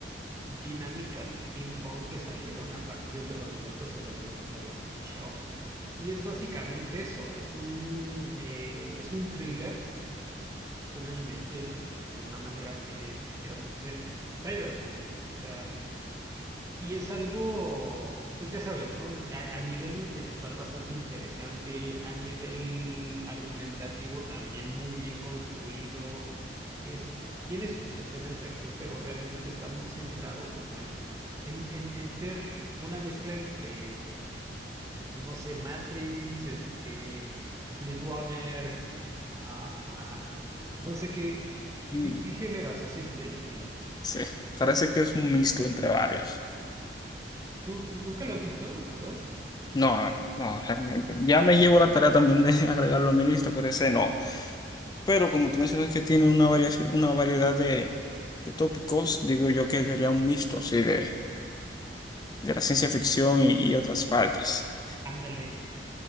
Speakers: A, on the right; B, on the left.
A: dinámicas steampunk que salieron a partir de los 90 se lo debemos a Ghost in the Shell. Y es básicamente eso, es un, eh, es un thriller, es un anime thriller, por decirlo de una manera, este, es, em, es cyberpunk, o sea... eh, Y es algo, pues ya sabes, ¿no? A, a nivel intelectual bastante interesante, a nivel argumentativo también muy bien construido. Es, tiene sus escenas de acción, pero realmente está muy centrado como en, en, en, en ser una mezcla entre, no sé, Matrix, este, Blade Runner, ah, no sé qué,
B: Mm,
A: qué, qué género asocies del estilo.
B: sí, parece que es un mixto entre varios.
A: ¿Tú nunca lo has visto, Ghost?
B: No, no, realmente. Ya me llevo la tarea también de <laughs> agregarlo a mi lista, pero ese no. Pero como tú mencionas que tiene una variación, una variedad de, de tópicos, digo yo que sería un mixto así de, de la ciencia ficción y, y otras partes.
A: Ándale,